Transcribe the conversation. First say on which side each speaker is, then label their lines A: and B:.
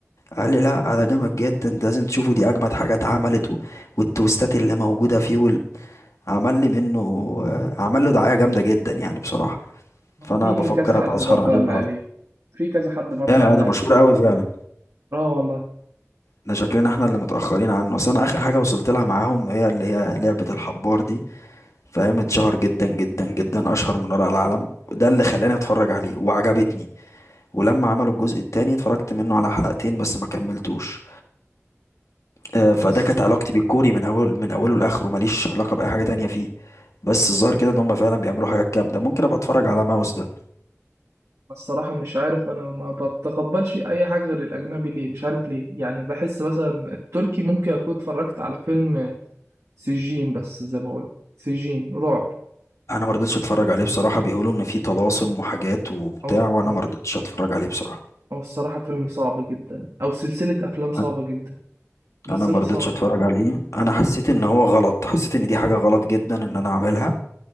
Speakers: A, on the left; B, on the right.
A: قال لي لا ده جامد جدا ده لازم تشوفه دي اجمد حاجه اتعملت و... والتوستات اللي موجوده فيه وال... عمل لي منه آه، عمل له دعايه جامده جدا يعني بصراحه فانا
B: في
A: بفكر
B: كذا حد
A: ابقى اسهر
B: برضه
A: عليه
B: قال
A: النهارده
B: لي عليه في كذا حد برضه
A: يا يا
B: قال لي
A: ده
B: عليه
A: مشهور قوي فعلا
B: اه والله
A: ده شكلنا احنا اللي متاخرين عنه اصل انا اخر حاجه وصلت لها معاهم هي اللي هي لعبه الحبار دي فاهم اتشهر جدا جدا جدا اشهر من ورق العالم وده اللي خلاني اتفرج عليه وعجبتني ولما عملوا الجزء التاني اتفرجت منه على حلقتين بس ما كملتوش آه، فده
B: انا الص-
A: كانت علاقتي بالكوري من اول من اوله لاخره ماليش علاقه باي حاجه تانية فيه بس الظاهر كده ان هم فعلا بيعملوا حاجات جامده ممكن ابقى اتفرج على ماوس ده
B: الصراحه مش عارف انا ما بتقبلش اي حاجه غير الاجنبي ليه مش عارف ليه يعني بحس مثلا التركي ممكن اكون اتفرجت على فيلم سجين بس زي ما بقول سجين رعب
A: انا ما رضيتش اتفرج عليه بصراحه بيقولوا ان فيه طلاسم وحاجات وبتاع
B: او
A: وانا
B: او
A: ما رضيتش اتفرج عليه بصراحه
B: أو الصراحه فيلم صعب جدا او سلسله افلام صعبه
A: انا
B: جدا سلسله
A: أنا ما رضيتش
B: صعبه
A: اتفرج عليه انا حسيت ان هو غلط حسيت ان دي حاجه غلط جدا ان انا اعملها